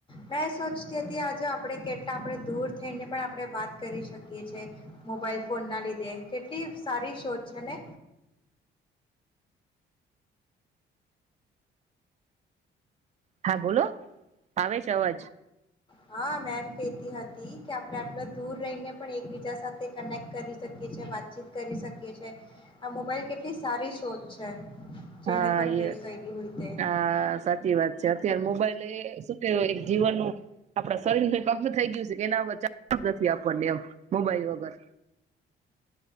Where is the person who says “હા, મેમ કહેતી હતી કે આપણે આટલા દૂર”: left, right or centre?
Left